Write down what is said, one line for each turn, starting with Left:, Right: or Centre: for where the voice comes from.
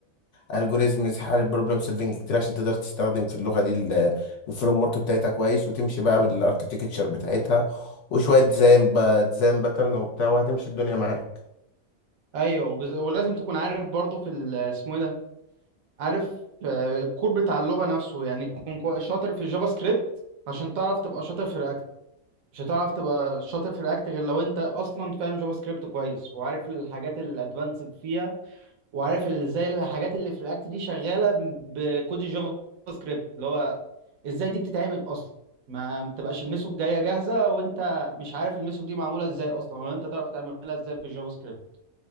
Left: الجوريزمز حل البروبلم سولفنج كتير عشان تقدر تستخدم في اللغة دي ال- الفريم ورك بتاعتها كويس وتمشي بقى بالاركتكتشر بتاعتها وشوية ديزاين بقى ديزاين باترن وبتاع وهتمشي الدنيا معاك
Right: ايوه وبز- ولازم تكون عارف برضه في ال- اسمه ايه ده عارف آه، الكور بتاع اللغه نفسه يعني تكون كوي- شاطر في الجافا سكريبت عشان تعرف تبقى شاطر في رياكت مش هتعرف تبقى شاطر في رياكت غير لو انت اصلا فاهم جافا سكريبت كويس وعارف الحاجات الادفانس فيها وعارف اللي زي الحاجات اللي في رياكت دي شغاله بكود الجافا سكريبت اللي هو ازاي دي بتتعمل اصلا ما بتبقاش الميثود جايه جاهزه وانت مش عارف الميثود دي معموله ازاي اصلا ولا انت تعرف تعملها ازاي بالجافا سكريبت